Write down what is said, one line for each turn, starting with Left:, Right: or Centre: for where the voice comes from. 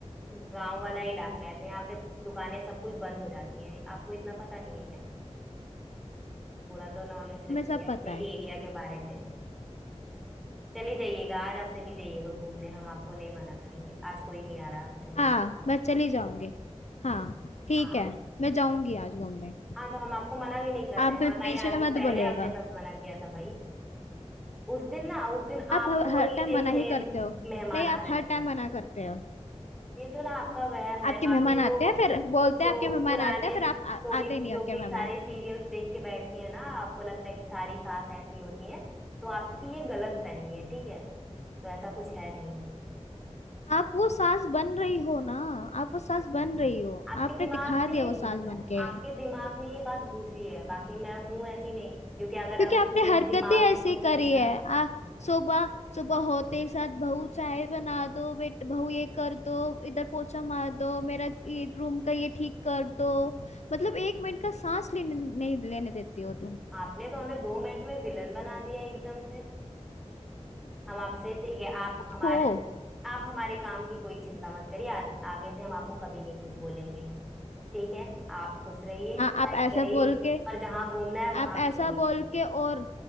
Centre: गांव वाला इलाका है तो यहाँ पे दुकानें सब कुछ बंद हो जाती है आपको इतना पता नहीं है क्या थोड़ा तो नॉलेज
Left: हमें
Centre: रखिए
Left: सब
Centre: अपने
Left: पता है
Centre: एरिया के बारे में चली जाइएगा आज आप चली जाइएगा घूमने हम आपको नहीं मना करेंगे आज कोई नहीं आ रहा आपसे मिलने
Left: हाँ मैं चली जाऊंगी हाँ ठीक
Centre: हाँ
Left: है मैं जाऊंगी आज घूमने
Centre: हाँ तो हम आपको मना भी नहीं कर
Left: आप
Centre: रहे हैं
Left: भी
Centre: और ना
Left: बीच
Centre: ही आगे
Left: में मत
Centre: पहले
Left: बोलिएगा
Centre: हमने कभी मना किया था भाई उस दिन ना उस दिन
Left: आप
Centre: आपको
Left: हर हर
Centre: ही
Left: टाइम
Centre: देखने
Left: मना ही करते हो
Centre: मेहमान
Left: नहीं आप
Centre: आ रहे
Left: हर
Centre: थे
Left: टाइम मना करते हो
Centre: ये तो ना आपका वहम है
Left: आपके
Centre: आपने
Left: मेहमान
Centre: वो
Left: आते हैं फिर बोलते
Centre: जो
Left: हैं आपके मेहमान
Centre: पुराने
Left: आते हैं फिर आप आ,
Centre: जो भी
Left: आते नहीं
Centre: जो
Left: हैं उनके
Centre: भी
Left: मेहमान
Centre: सारे सीरियल्स देख के बैठी है ना आपको लगता है कि सारी सास ऐसी होती हैं तो आपकी ये गलत फहमी है ठीक है तो ऐसा कुछ है नहीं
Left: आप वो सास बन रही हो ना आप वो सास बन रही हो
Centre: आपके
Left: आपने
Centre: दिमाग
Left: दिखा
Centre: में
Left: दिया
Centre: ये
Left: वो
Centre: घुसा
Left: सास
Centre: है
Left: बन के
Centre: आपके दिमाग में ये बात घुसी है बाकी मैं हूं ऐसी नहीं क्योंकि अगर
Left: क्योंकि
Centre: आप
Left: आपने
Centre: खुले
Left: हरकतें
Centre: दिमाग
Left: ऐसी
Centre: से सोचेंगे
Left: करी है
Centre: ना
Left: आ, सुबह सुबह होते ही साथ बहू चाय बना दो बेट बहू ये कर दो इधर पोछा मार दो मेरा ये रूम का ये ठीक कर दो मतलब एक मिनट का सांस लेने नहीं लेने देती हो तुम
Centre: आपने तो हमें दो मिनट में विलन बना दिया एकदम से हम आपसे ठीक है आप
Left: आप
Centre: हमारे
Left: हो
Centre: आप हमारे काम की कोई चिंता मत करिए आ, आगे से हम आपको कभी नहीं कुछ बोलेंगे ठीक है आप खुश रहिए
Left: हाँ
Centre: पढ़ाई
Left: आप ऐसा
Centre: करिए
Left: बोल के
Centre: और जहां घूमना है वहां
Left: आप
Centre: घूमिए
Left: ऐसा बोल के और